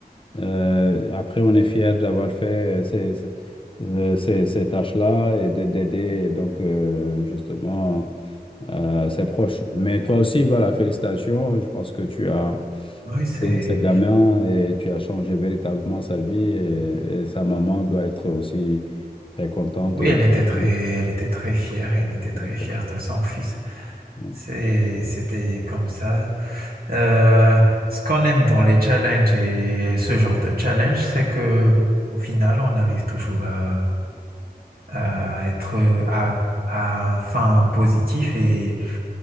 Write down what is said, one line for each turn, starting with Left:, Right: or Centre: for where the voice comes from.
Left: euh, après, on est fier d'avoir fait ces, ces, euh, ces- ces tâches-là et de- d'aider, donc, euh, justement, euh, ses proches. Mais toi aussi, voilà, félicitations. Je pense que tu as
Right: Oui,
Left: aidé
Right: c'est,
Left: ce gamin et tu as changé véritablement sa vie et, et sa maman doit être aussi très contente.
Right: oui,
Left: Et...
Right: elle était très,
Left: Oui,
Right: elle était très fière, elle était
Left: D'accord.
Right: très fière de son fils.
Left: Oui.
Right: C'est, c'était comme ça. Euh, ce qu'on aime dans les challenges et ce genre de challenge, c'est que au final, on arrive toujours à euh, être à, à un fin positif et,